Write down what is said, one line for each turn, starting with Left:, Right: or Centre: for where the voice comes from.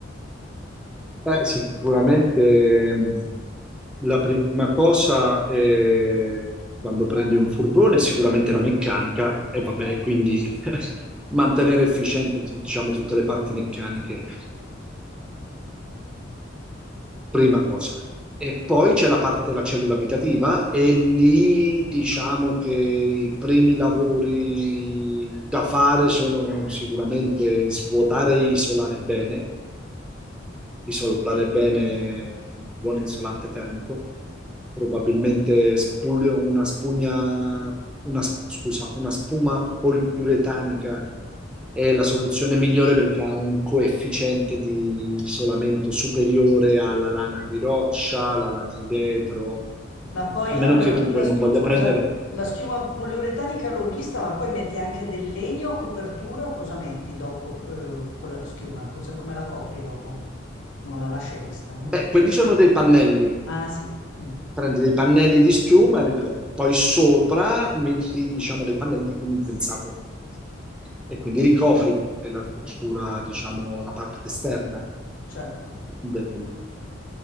Centre: Eh, sicuramente mh, la prima cosa è quando prendi un furgone, sicuramente la meccanica e vabbè, quindi <laughs> mantenere efficiente, diciamo, tutte le parti meccaniche prima cosa. E poi c'è la parte della cellula abitativa e lì diciamo che i primi lavori da fare sono sicuramente svuotare e isolare bene, isolare bene con un buon isolante termico probabilmente spu- una spugna, una, s- scusa, una spuma poliuretanica è la soluzione migliore perché ha un coefficiente di isolamento superiore alla lana di roccia, alla lana di vetro,
Left: Ma poi,
Centre: a meno
Left: allora,
Centre: che tu
Left: la,
Centre: poi
Left: sch-
Centre: non voglia
Left: scusa,
Centre: prendere...
Left: la schiuma poliuretanica l'ho vista, ma poi metti anche del legno a copertura o cosa metti dopo eh, con la schiuma? Cosa- come la copri dopo? Non la lasci a vista, no?
Centre: Beh, quelli sono dei pannelli.
Left: Ah sì, mm,
Centre: Prendi dei pannelli di schiuma e li copri. Poi sopra metti, diciamo, dei pannelli di condensato e quindi ricopri la struttura, diciamo, la parte esterna.
Left: certo.
Centre: del,